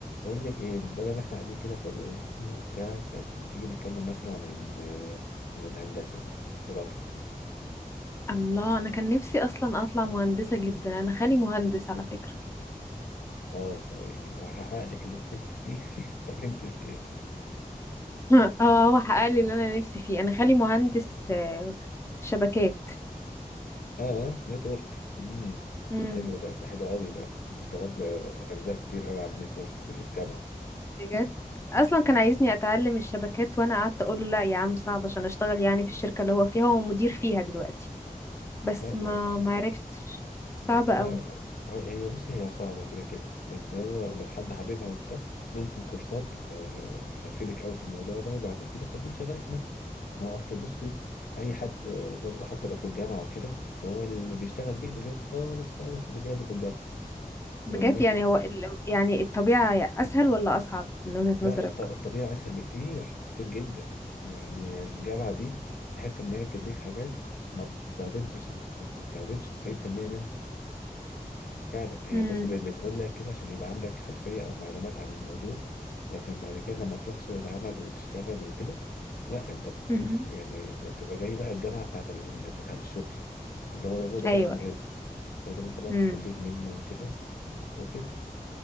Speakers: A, on the left (about 80°); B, on the left (about 20°).
A: أقول لك إيه بدل ما إحنا قاعدين كده فاضيين وبتاع فما تيجي نتكلم مثلا عن آه، عن الهندسة مثلا إيه رأيك؟
B: الله انا كان نفسي اصلا اطلع مهندسه جدا انا خالي مهندس على فكره
A: أه فا يعني هحقق لك اللي أنت نفسك فيه <laughs> يعني طب أنت في إيه؟
B: <laughs> اه هو حقق لي اللي انا نفسي فيه انا خالي مهندس آه، شبكات
A: أه نتورك أمم
B: امم
A: ده حلو ده ده حلو أوي ده أنا اشتغلت آه، أجزاء كتير أوي على النتورك في الجامعة
B: بجد اصلا
A: أمم
B: كان عايزني اتعلم الشبكات وانا قعدت اقول له لا يا عم صعب عشان اشتغل يعني في الشركه اللي هو فيها هو مدير فيها دلوقتي بس
A: لا طبعا
B: ما ما عرفتش صعبه
A: بس لا
B: قوي
A: هي هي- بص هي صعبة كده كده بس هو لو حد حاببها وبتاع ممكن كورسات آه، هتفيدك قوي في الموضوع ده وبعد كده خليه يشغلك معاه ما هو أصل بصي أي حد آه، برضه حتى لو في الجامعة وكده فهو اللي بيشتغل بيه غير خالص خالص اللي بياخده في الجامعة
B: بجد
A: يعني ماشي
B: يعني هو ال... يعني الطبيعه اسهل ولا اصعب من وجهه
A: لا
B: نظرك
A: الط- الطبيعة أسهل بكتير كتير جدا يعني الجامعة دي تحس إن هي بتديك حاجات ما بتستخدمش ما بتستخدمش 90% منها فعلا هي
B: امم
A: بس ب- بتقول لك كده عشان يبقى عندك خلفية أو معلومات عن الموضوع لكن بعد كده لما تروح سوق العمل وتشتغل وكده لا أنت بتشوف
B: أمم.
A: يعني أنت بتبقى جاي بقى الجامعة بتاعة ال... بتاعة الشغل اللي هو هو ده
B: ايوه
A: بقى المهم هو ده اللي أنت بقى
B: امم
A: بتستفيد منه وكده وكده